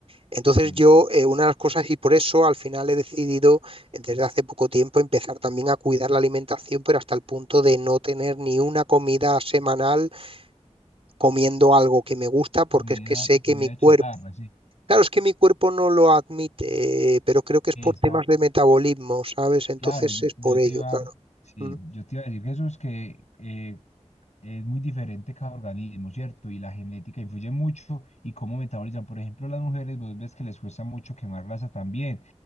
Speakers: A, on the right; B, on the left.
A: Entonces
B: sí.
A: yo, eh, una de las cosas, y por eso al final he decidido eh, desde hace poco tiempo empezar también a cuidar la alimentación, pero hasta el punto de no tener ni una comida semanal comiendo algo que me gusta, porque
B: Comida,
A: es que sé que
B: comida
A: mi cuerpo,
B: chatarra, sí.
A: claro, es que mi cuerpo no lo admite, eh, pero creo que es
B: Exacto.
A: por temas de metabolismo, ¿sabes? Entonces
B: Claro, yo,
A: es por
B: yo
A: ello,
B: te iba,
A: claro.
B: sí,
A: Mm,
B: yo te iba a decir, Jesús, que eh, Es muy diferente cada organismo, ¿cierto? Y la genética influye mucho y cómo metabolizan. Por ejemplo, las mujeres, vos ves que les cuesta mucho quemar grasa también.